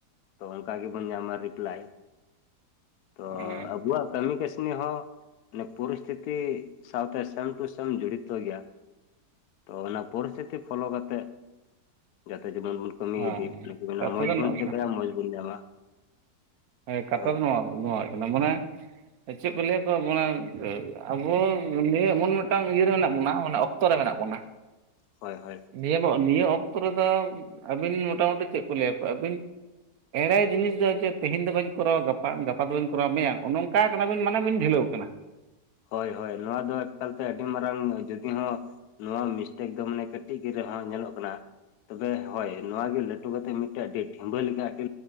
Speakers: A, on the left; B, on the right.
A: ᱛᱚ ᱚᱝᱠᱟ ᱜᱮᱵᱚᱱ ᱧᱟᱢᱟ ᱨᱤᱯᱞᱟᱭ, ᱛᱚ
B: ᱦᱮᱸ
A: ᱟᱵᱚᱣᱟᱜ ᱠᱟᱹᱢᱤ ᱠᱟᱹᱥᱱᱤ ᱦᱚᱸ ᱚᱱᱮ ᱯᱩᱨᱤᱥᱛᱷᱤᱛᱤ ᱥᱟᱶᱛᱮ ᱥᱮᱢ ᱴᱩ ᱥᱮᱢ ᱡᱚᱲᱤᱛᱚ ᱜᱮᱭᱟ᱾ ᱛᱚ ᱚᱱᱟ ᱯᱚᱨᱤᱥᱛᱷᱤᱛᱤ ᱯᱷᱚᱞᱚ ᱠᱟᱛᱮᱜ ᱡᱟᱛᱮ ᱡᱮᱢᱚᱱ ᱵᱚᱱ ᱠᱟᱹᱢᱤ
B: ᱦᱳᱭ
A: ᱤᱫᱤ <inaudible>
B: ᱠᱟᱛᱷᱟ
A: ᱢᱚᱸᱡᱽ
B: ᱫᱚ
A: ᱵᱚᱱ ᱪᱮᱠᱟᱭᱟ ᱢᱚᱸᱡᱽ ᱵᱚᱱ ᱧᱟᱢᱟ᱾
B: ᱦᱮᱸ ᱠᱟᱛᱷᱟ
A: ᱦᱳᱭ
B: ᱫᱚ ᱱᱚᱣᱟ ᱱᱚᱣᱟ ᱦᱩᱭᱩᱜ ᱠᱟᱱᱟ ᱢᱟᱱᱮ ᱪᱮᱜ ᱠᱚ ᱞᱟᱹᱭᱟ ᱠᱚ <inaudible> ᱮ ᱟᱵᱚ ᱱᱤᱭᱟᱹ ᱮᱢᱚᱱ ᱢᱤᱫᱴᱟᱝ ᱤᱭᱟᱹᱨᱮ ᱢᱮᱱᱟᱜ ᱵᱚᱱᱟ ᱢᱟᱱᱮ ᱚᱠᱛᱚ ᱨᱮ ᱢᱮᱱᱟᱜ ᱵᱚᱱᱟ᱾
A: ᱦᱚᱭ ᱦᱚᱭ᱾
B: ᱱᱤᱭᱟᱹ ᱱᱤᱭᱟᱹ ᱚᱠᱛᱚ ᱨᱮᱫᱚ ᱟᱹᱵᱤᱱ ᱢᱚᱴᱟ ᱢᱩᱴᱤ ᱪᱮᱫ ᱠᱚ ᱞᱟᱹᱭᱟ ᱠᱚᱣᱟ ᱟᱹᱵᱤᱱ ᱮᱲᱮ ᱡᱤᱱᱤᱥ ᱫᱚ ᱪᱮᱫ ᱛᱮᱦᱮᱧ ᱫᱚ ᱵᱟᱹᱧ ᱠᱚᱨᱟᱣᱟ, ᱜᱟᱯᱟ ᱜᱟᱯᱟ ᱫᱚ ᱵᱟᱹᱧ ᱠᱚᱨᱟᱣᱟ, ᱢᱮᱭᱟᱝ ᱱᱚᱝᱠᱟ ᱠᱟᱱᱟᱵᱤᱱ ᱢᱟᱱᱮ ᱵᱤᱱ ᱰᱷᱤᱞᱟᱹᱣ ᱠᱟᱱᱟ᱾
A: ᱦᱳᱭ ᱦᱳᱭ ᱱᱚᱣᱟ ᱫᱚ ᱮᱠᱟᱞᱛᱮ ᱟᱹᱰᱤ ᱢᱟᱨᱟᱝ ᱡᱚᱫᱤ ᱦᱚᱸ ᱱᱚᱣᱟ ᱢᱤᱥᱴᱮᱠ ᱫᱚ ᱢᱟᱱᱮ ᱠᱟᱹᱴᱤᱡ ᱜᱮ ᱨᱮᱦᱚᱸ ᱧᱮᱞᱚᱜ ᱠᱟᱱᱟ᱾ ᱛᱚᱵᱮ ᱦᱳᱭ ᱱᱚᱣᱟ ᱜᱮ ᱞᱟᱹᱴᱩ ᱠᱟᱛᱮᱫ ᱢᱤᱫᱴᱮᱡ ᱟᱹᱰᱤ ᱴᱷᱤᱢᱵᱟᱹ ᱞᱮᱠᱟ ᱟᱹᱰᱤ